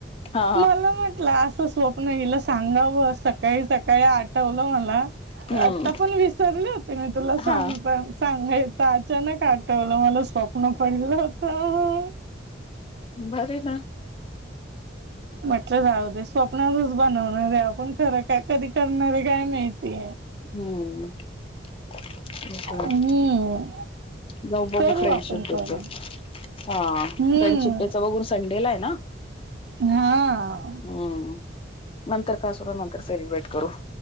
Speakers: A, on the left; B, on the right.
A: हा
B: मला म्हटलं अस स्व- -प्न हिला सांगावं. सकाळी सकाळी आठवलं मला.
A: हम्म
B: आत्ता पण विसरले होते मी. तुला
A: हा
B: सांगता सांगायचं. अचानक आठवलं मला स्व- -प्न पडलं होत.
A: बरी ना.
B: म्हटलं जाऊ दे. स्वप्नातच बनवणार ए आपण खर- काय कधी करणारे काय माहिती?
A: हम्म. <unintelligible>
B: हम्म
A: जाऊ बघू
B: करू
A: फ्रेंडशिप
B: आपण
A: डे
B: करू
A: च. हां.
B: हम्म
A: फ्रेंडशिप डेच बघू संडेला ए ना?
B: हां.
A: हम्म नंतर <inaudible> नंतर सेलिब्रेट करू